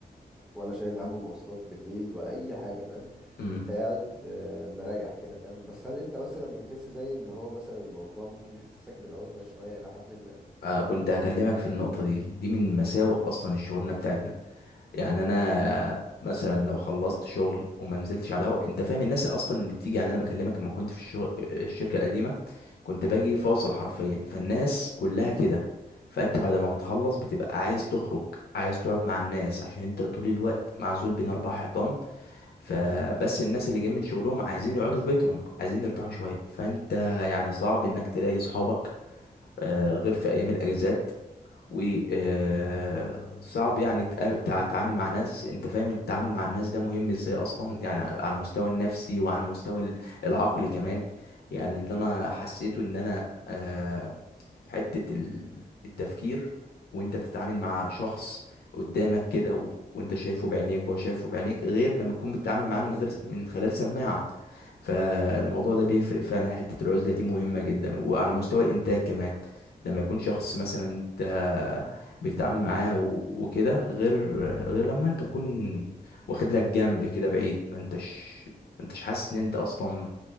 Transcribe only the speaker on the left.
مم.
آه كنت هكلمك في النقطه دي دي من مساوئ اصلا الشغلانه بتاعتنا يعني انا مثلا لو خلصت شغل وما نزلتش على هوا انت فاهم الناس اصلا اللي بتيجي يعني انا بكلمك لما كنت في الشغل الشركه القديمه كنت باجي فاصل حرفيا فالناس كلها كده فانت بعد ما بتخلص بتبقى عايز تخرج عايز تقعد مع الناس عشان انت طول الوقت معزول بين اربع حيطان فبس الناس اللي جايين من شغلهم عايزين يقعدوا في بيتهم عايزين يرتاحوا شويه فانت يعني صعب انك تلاقي صحابك آه، غير في ايام الاجازات وصعب يعني تقا- تع- تتعامل مع ناس انت فاهم التعامل مع الناس ده مهم ازاي اصلا يعني على المستوى النفسي وعلى المستوى ال- العقلي كمان يعني اللي انا حسيته ان انا آه، حتة ال- التفكير وانت بتتعامل مع شخص قدامك كده و... وانت شايفه بعينيك وهو شايفه بعينيك غير لما تكون بتتعامل معاه من غير من خلال سماعة فالموضوع ده بيفرق فعلا حتة العزلة دي مهمة جدا وعلى مستوى الإنتاج كمان لما يكون شخص مثلا انت بتتعامل معاه و- وكده غير غير لما انت تكون واخد لك جنب كده بعيد ما انتش ما انتش حاسس ان انت اصلا